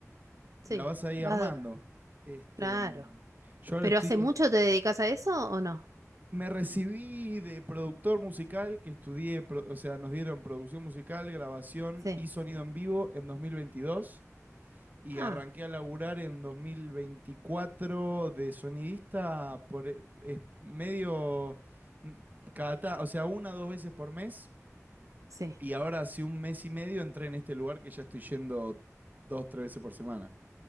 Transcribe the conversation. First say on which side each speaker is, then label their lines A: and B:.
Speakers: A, on the right; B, on the right.
A: sí,
B: la vas ahí
A: vas,
B: armando. Este,
A: claro.
B: yo ahora
A: ¿Pero
B: estoy.
A: hace mucho te dedicas a eso o no?
B: Me recibí de productor musical, que estudié, pro- o sea, nos dieron producción musical, grabación
A: Sí,
B: y sonido en vivo en 2022. Y
A: ah,
B: arranqué a laburar en 2024 de sonidista por eh, es medio n- cada, ta- o sea, una dos veces por mes.
A: sí,
B: Y ahora hace un mes y medio entré en este lugar que ya estoy yendo dos, tres veces por semana.